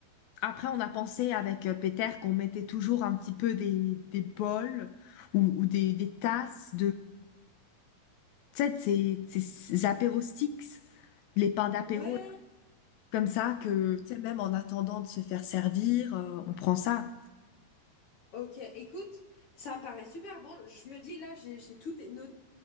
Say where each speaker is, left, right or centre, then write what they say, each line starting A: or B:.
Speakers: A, on the left; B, on the left.
A: Après, on a pensé avec euh, Peter qu'on mettait toujours un petit peu des, des bols ou, ou des, des tasses Tu sais, ces, ces ces apéros sticks, les pains d'apéro,
B: Ouais.
A: là, comme ça, que, tu sais, même en attendant de se faire servir, euh, on prend ça.
B: Ok. Écoute, ça me paraît super bon. Je me dis, là, j'ai j'ai tout noté.